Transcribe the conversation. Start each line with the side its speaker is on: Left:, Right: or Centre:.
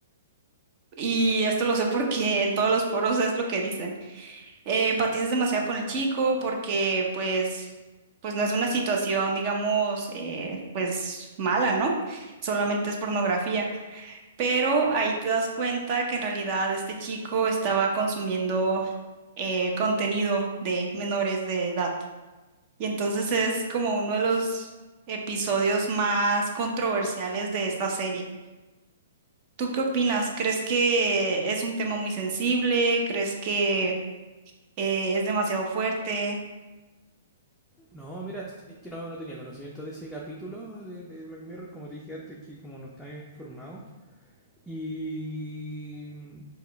Right: Y esto lo sé porque en todos los foros es lo que dicen. Eh, empatizas demasiado con el chico porque pues, pues no es una situación, digamos, eh, pues mala, ¿no? Solamente es pornografía. Pero ahí te das cuenta que en realidad este chico estaba consumiendo eh, contenido de menores de edad. Y entonces es como uno de los episodios más controversiales de esta serie. ¿Tú qué opinas? ¿Crees que es un tema muy sensible? ¿Crees que eh, es demasiado fuerte?
Centre: No, mira, sí, es que no, no tenía conocimiento de ese capítulo de, de Black Mirror, como te dije antes, que como no estaba informado. Y. mm,